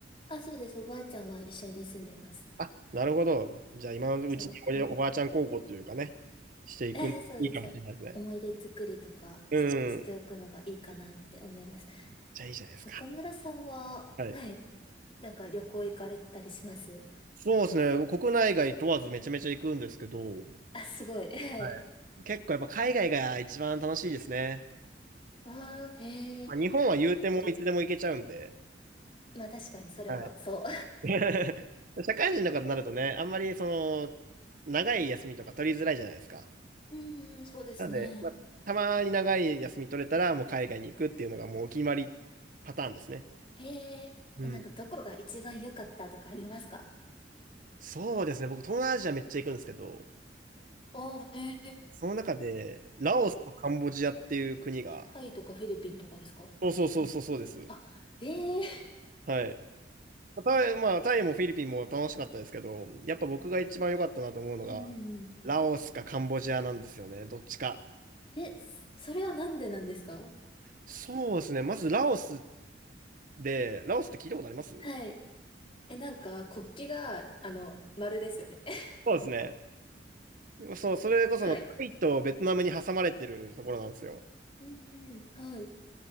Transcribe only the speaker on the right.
あ、なるほど。じゃあ今のうちにおやおばあちゃん孝行というかね、
していくのいいかもしれないですね。
うん。
じゃあいいじゃないですか。
はい。
そうですね。国内外問わずめちゃめちゃ行くんですけど、
はい。結構やっぱ海外が一番楽しいですね。
まあ、日本は言うてもいつでも行けちゃうんで。
はい。
<laughs> 社会人とかになるとね、あんまりその、長い休みとか取りづらいじゃないですか。
なので、まあ、たまに長い休み取れたらもう海外に行くっていうのがもうお決まりパターンですね。
うん。
そうですね。僕、東南アジアめっちゃ行くんですけど、
その中で、ラオスとカンボジアっていう国が、
そうそうそうそうそうです。
はい。タイ、まあ、タイもフィリピンも楽しかったですけど、やっぱ僕が一番良かったなと思うのが、
ラオスかカンボジアなんですよね。どっちか。
そうですね。まずラオスで、ラオスって聞いたことあります
そうですね。そう、それこそタイとベトナムに挟まれてるところなんですよ。